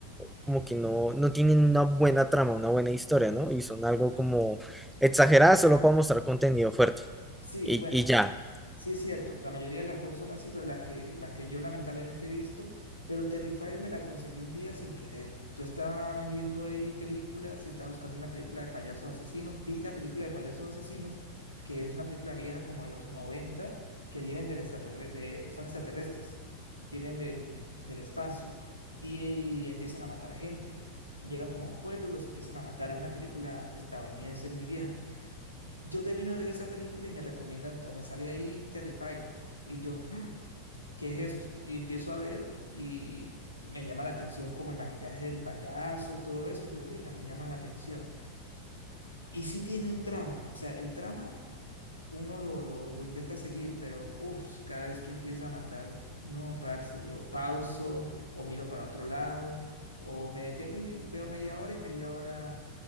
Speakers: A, in the centre; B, on the left (about 85°).
A: como que no, no tienen una buena trama, una buena historia, ¿no? Y son algo como exageradas solo para mostrar contenido fuerte.
B: Sí,
A: Y,
B: bueno,
A: y ya.
B: Sí es cierto, la mayoría de las GOR son así, bueno, las que, las que yo lamentablemente he visto, pero Terrifier me la conseguí un día sin querer. Yo estaba viendo ahí películas y estaba buscando una película de payasos asesinos, vi la película de payasos asesinos, que es una película vieja como de los 90, que vienen del extraterre- de, son extraterrestres, vienen del, del espacio y, empiezan a matar gente. Llegan como a un pueblo y los empiezan a matar. Es una película estadounidense muy vieja. Yo termino de ver esa película y me recomiendan, o me sale ahí Terrifier. Y yo, "Hmm, ¿qué es esto? Y empiezo a ver y me llama la atención como el maquillaje del payaso y todo eso. Yo, oiga, me llama la atención. Y sí tiene un trama, o sea, el trama uno lo, lo, lo intenta seguir, pero uff, cada vez que empieza a matar, no, parce, yo pauso o miro para otro lado o me detengo y veo media hora y media hora